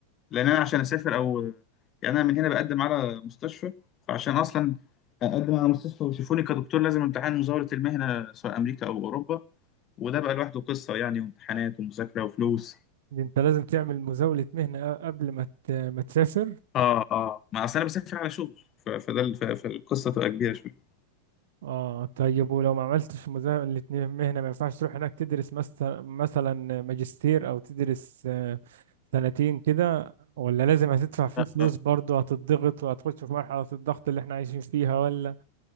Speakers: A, on the left (about 30°); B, on the right (about 55°).
A: لأن أنا عشان أسافر أو يعني أنا من هنا بقدم على مستشفى فعشان أصلا أقدم على مستشفى ويشوفوني كدكتور لازم امتحان مزاولة المهنة سواء أمريكا أو أوروبا وده بقى لوحده قصة يعني وامتحانات ومذاكرة وفلوس
B: انت لازم تعمل مزاولة مهنة أ- قبل ما ت- ما تسافر
A: اه اه ما أصل أنا بسافر على شغل ف- فده ال- ف- فالقصة تبقى كبيرة شوية
B: اه طيب ولو ما عملتش مزاولة مهنة ما ينفعش تروح هناك تدرس مثلا مثلا ماجستير او تدرس آه، سنتين كده ولا لازم هتدفع فيه فلوس
A: لا
B: برضه هتضغط وهتخش في مرحلة الضغط اللي احنا عايشين فيها ولا